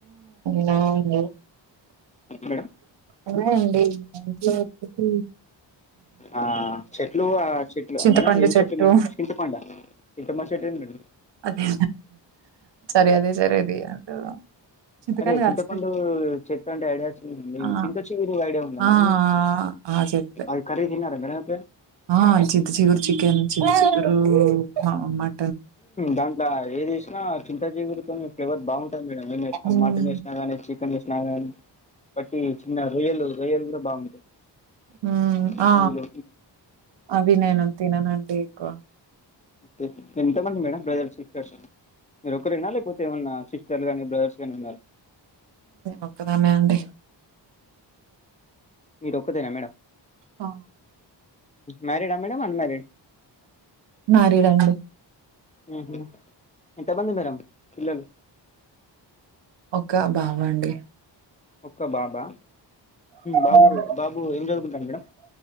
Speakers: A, on the right; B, on the left.
A: లావుంది
B: మేడం
A: ఎలాండి ఇంట్లోచ్చ
B: ఆ చెట్లు చెట్లు
A: చింతపండు
B: మేడం ఏం
A: చెట్టు
B: చెట్లు మేడం చింతపండు ఆ చింతపండు చెట్టు ఏం మేడం
A: అదే సరే అదే సరే అది అంటారు చింతకాయలు
B: అరే చింతపండు
A: కాస్తాయి
B: చెట్టు అంటే ఐడియా వచ్చింది మేడం
A: ఆ
B: చింత చిగురూ ఐడియా ఉందా
A: ఆ
B: మేడం
A: ఆ చెట్లే
B: అవి ఖరీ తిన్నారా మేడం అ
A: ఆ చింత చిగురు చికెన్ చింత చిగురు మ
B: దాంట్లో ఏదిసినా చింత చిగురుతోనే ఫ్లేవర్ బాగుంటంది మేడం ఏం వేసినా
A: ఉమ్,
B: మటన్ వసినాగానీ చికెన్ వేసినా ఆ బట్టి చిన్న రొయ్యలు రొయ్యలు కూడా బాగుంటాయిందులో
A: ఉమ్, ఆ అవి నేను తిననండి ఎక్కువ
B: ఓకే ఎంతమంది మేడం బజల్క మీరు ఒకక్కరేనా లేకపోతే ఏమన్నా సిస్టర్ గాని బ్రదర్స్ గాని ఉన్నారు
A: ఒక్కదానినే అండి
B: మీరు ఒక్కదేనా మేడం
A: ఆ
B: మ్యారిడ్ ఆ మేడం అన్మ్యారిడ్
A: మ్యారీడ్ అండి
B: మ్మ్ ఎంత మంది మేడంమ్ పిల్లలు
A: ఒక బాబు అండి
B: ఒక్క బాబా బాబు
A: హ్మ్.
B: బాబు ఎం చదువుకుంటాడు మేడం